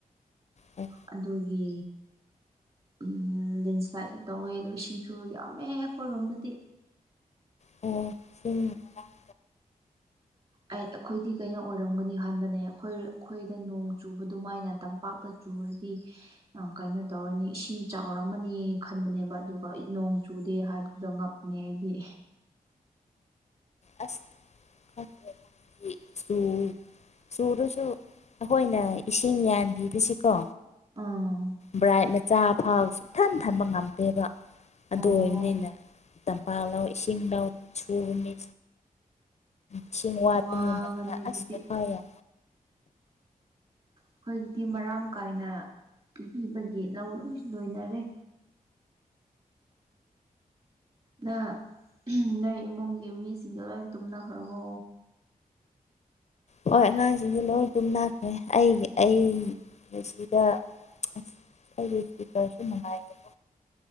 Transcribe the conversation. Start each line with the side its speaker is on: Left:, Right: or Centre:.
Left: ꯑꯣ
Right: ꯑꯗꯨꯒꯤ ꯎꯝ ꯂꯦꯟꯁꯂꯥꯏꯠꯁꯨ ꯇꯧꯋꯦ ꯑꯗꯣ ꯏꯁꯤꯡꯁꯨ ꯌꯥꯝꯃꯦ ꯑꯩꯈꯣꯏꯔꯣꯝꯗꯗꯤ
Left: ꯑꯣ ꯄꯨꯡ <unintelligible>
Right: ꯑꯩ ꯑꯩꯈꯣꯏꯗꯤ ꯀꯩꯅꯣ ꯑꯣꯏꯔꯝꯒꯅꯤ ꯈꯟꯕꯅꯦ ꯑꯩꯈꯣꯏ ꯑꯈꯣꯏꯗ ꯅꯣꯡ ꯆꯨꯕ ꯑꯗꯨꯃꯥꯏꯅ ꯇꯝ ꯄꯥꯛꯀ ꯆꯨꯔꯗꯤ ꯑꯥ ꯀꯥꯏꯅꯣ ꯇꯧꯔꯅꯤ ꯏꯁꯤꯡ ꯆꯥꯎꯔꯝꯃꯅꯤ ꯈꯟꯕꯅꯦꯕ ꯑꯗꯨꯒ ꯏ ꯅꯣꯡ ꯆꯨꯗꯦ ꯍꯥꯏꯕꯗꯨ ꯉꯛ ꯅꯦ ꯑꯩꯗꯤ
Left: ꯑꯁ <unintelligible> ꯁ꯭ꯀꯨꯜ ꯆꯨꯔꯁꯨ ꯑꯩꯈꯣꯏꯅ ꯏꯁꯤꯡ ꯌꯥꯟꯕꯤꯗ꯭ꯔꯁꯤꯀꯣ
Right: ꯑꯥ
Left: ꯭ꯕ꯭ꯔꯥꯏꯠ ꯃꯆꯥ ꯐꯥꯎ ꯁꯨꯛꯊꯟ ꯊꯝꯕ ꯉꯝꯗꯦꯕ ꯑꯗꯨ
Right: ꯑꯣ
Left: ꯑꯣꯏꯕꯅꯤꯅ ꯇꯝꯄꯥꯛ ꯂꯧ ꯏꯁꯤꯡ ꯂꯧ ꯁꯨꯕ ꯃꯤ ꯏꯁꯤꯡ ꯋꯥꯠꯄꯅꯤꯅꯅꯦ
Right: ꯋꯥꯒꯅꯤ ꯑꯗꯨꯗꯤ
Left: ꯑꯁ ꯃꯤꯠꯐꯌꯥ
Right: ꯑꯈꯣꯏꯒꯤꯗꯤ ꯃꯔꯥꯡ ꯀꯥꯏꯅ ꯄꯤꯕꯤꯕꯒꯤ ꯂꯧ ꯂꯣꯏ ꯂꯣꯏꯅꯔꯦ ꯅ ꯅꯣꯏ ꯏꯃꯨꯡꯒꯤ ꯃꯤꯁꯤꯡꯗꯣ ꯂꯣꯏ ꯇꯨꯝꯅꯈ꯭ꯔꯕꯣ
Left: ꯍꯣꯏ ꯑꯉꯥꯡꯁꯤꯡꯗꯤ ꯂꯣꯏ ꯇꯨꯝꯅꯈ꯭ꯔꯦ ꯑꯩꯒꯤ ꯑꯩ ꯁꯤꯗ ꯑ ꯑꯩꯒꯤ ꯏꯁꯄꯤꯀ꯭ꯔꯁꯨ ꯅꯨꯡꯉꯥꯏꯗꯦ